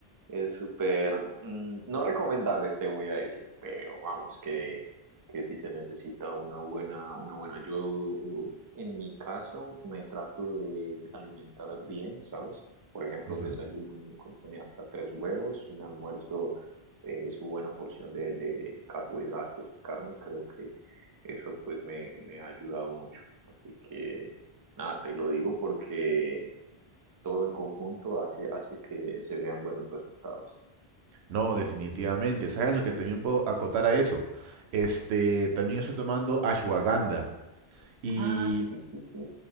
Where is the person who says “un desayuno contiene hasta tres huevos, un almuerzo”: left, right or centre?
Right